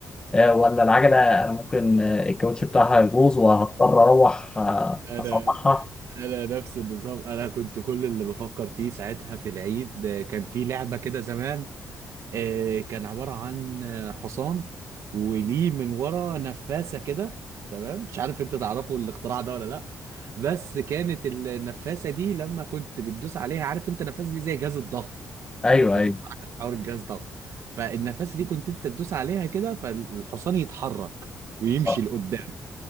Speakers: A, on the left (about 15°); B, on the right (about 70°).
A: لا ولا العجله انا ممكن الكاوتش بتاعها يبوظ وهضطر اروح
B: انا
A: اصلحها
B: انا نفس النظام انا كنت كل اللي بفكر فيه ساعتها في العيد آه، كان في لعبه كده زمان آه، كان عباره عن آه، حصان وليه من ورا نفاسه كده تمام مش عارف انت تعرفوا الاختراع ده ولا لا بس كانت النفاسه دي لما كنت بتدوس عليها عارف انت النفاسه دي زي جهاز الضغط
A: ايوه
B: انت
A: ايوه
B: طبعاً عارف حوار الجهاز الضغط فالنفاسه دي كنت انت تدوس عليها كده فالحصان يتحرك ويمشي
A: اه
B: لقدام